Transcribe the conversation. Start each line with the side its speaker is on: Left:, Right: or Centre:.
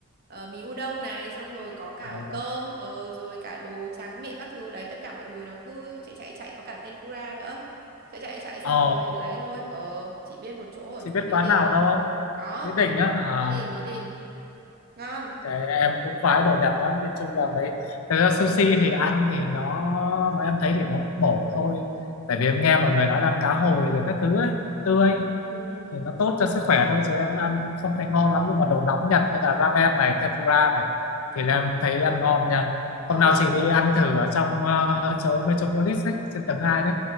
Right: ờ, mì udon này xong rồi có cả
Left: à vâng.
Right: cơm ờ, rồi cả đồ tráng miệng các thứ đấy tất cả mọi thứ nó cứ chạy chạy chạy có cả tempura nữa chạy chạy chạy xong
Left: ồ
Right: rồi lấy thôi ờ chị biết một chỗ ở
Left: chị
Right: chỗ
Left: biết
Right: Mỹ
Left: quán
Right: Đình
Left: nào đâu không
Right: có
Left: Mỹ Đình á à,
Right: Mỹ Đình Mỹ Đình ngon
Left: cái em cũng khoái đồ Nhật lắm nhìn chung
Right: ừ
Left: là mấy thực ra sushi thì ăn thì nó mà em thấy thì nó cũng bổ thôi tại vì em nghe mọi người nói là ăn cá hồi rồi các thứ ấy tươi
Right: ừ
Left: thì nó tốt cho sức khỏe thôi chứ em ăn cũng không thấy ngon lắm nhưng mà đồ nóng Nhật như là ramen này tempura này thì là em thấy ăn ngon nha
Right: ờ
Left: hôm nào chị đi ăn thử ở trong ờ, chỗ Metropolis ấy trên tầng 2 đấy